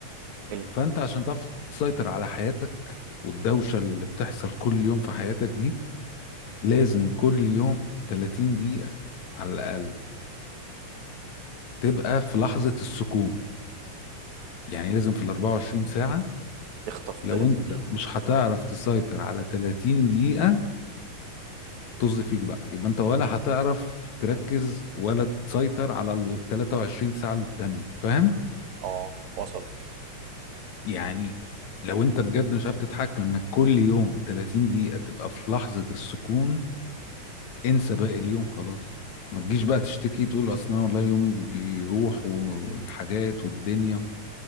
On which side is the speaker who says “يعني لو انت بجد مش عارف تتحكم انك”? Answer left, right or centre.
Left